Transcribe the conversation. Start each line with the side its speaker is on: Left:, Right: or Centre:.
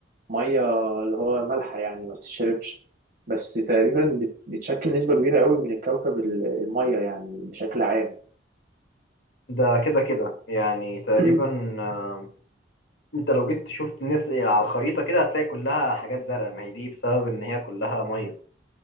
Right: ميه اللي هو مالحه يعني ما بتشربش بس تقريبا بت- بتشكل نسبه كبيره قوي من الكوكب ال- الميه يعني بشكل عام
Left: ده كده كده يعني تقريبا
Right: <clears throat>
Left: آه، انت لو جيت تشوف الناس على الخريطة كده هتلاقي كلها حاجات زرقاء ما هي دي بسبب ان هي كلها مية